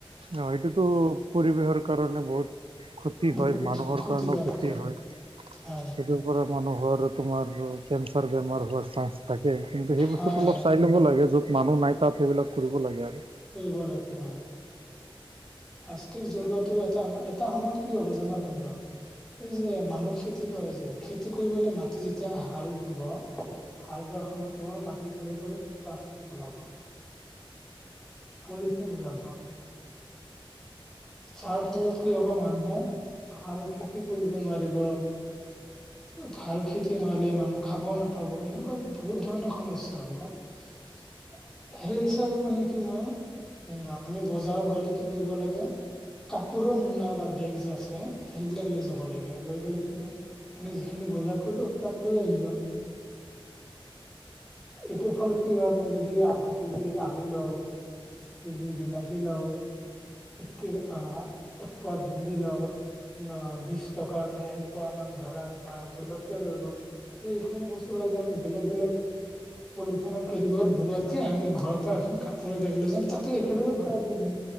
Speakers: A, on the right; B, in the centre.
A: ন সেইটোতো পৰিৱেশৰ কাৰণে বহুত ক্ষতি
B: বহুত
A: হয় মানুহৰ
B: ক্ষতিকাৰক
A: কাৰণেও ক্ষতি হয়
B: হয়
A: সেইটো মানুহৰ তোমাৰতো কেঞ্চাৰ বেমাৰ হোৱাৰ চাঞ্চ থাকে কিন্তু সেই বস্তুটো
B: হয় হয়
A: অলপ চাই ল'ব লাগে য'ত মানুহ নাই তাত সেইবিলাক কৰিব লাগে আৰু।
B: কৰিব লাগে হয়। প্লাষ্টিক জ্বলোৱাটো এটা এটা সময়ত কি হ'ব জানা বন্ধু। এই যে মানুহ খেতি কৰে যে খেতি কৰিবলে মাটি যেতিয়া হাল বাব হাল বোৱাৰ সময়ত কেৱল মাটি তলি কৰিত প্লাষ্টিক ওলাব। পলিথিন ওলাব। যাৰ ফলত কি হব মানুহে ভাল খেতি কৰিব নোৱাৰিব ভাল খেতি নহলে মানুহ খাব নাপাব এনেকোৱা বহুত ধৰণৰ সমস্যা হ'ব। সেই হিচাপে মানে কি হয় আমি বজাৰত গ'লে। কি কৰিব লাগে কাপোৰৰ মোনা বা বেগ যে আছে সেইবিলাক লৈ যাব লাগে লৈ গ'লে কি হয়, আমি যিখিনি বজাৰ কৰিলো তাত লৈ আহিলো। এইটোৰ ফলত কি হ'ল মই যদি আধা কেজি আলু লও। এক কেজি বিলাহী লও এতিয়া আ এক পোৱা ভেন্দী লও অ বিশ টকাৰ মানে এক পোৱা মান ধৰা তোমাৰ জলকীয়া ললো। এইখিনি বস্তু বিলাক যে আমি বেলেগ বেলেগ পলিথনৰ কেৰি বেগত ভৰোৱাতকে আমি ঘৰৰ পৰা এখন কাপোৰে বেগ লৈ যাম তাতে একেলগে ভৰাই লৈ আহিম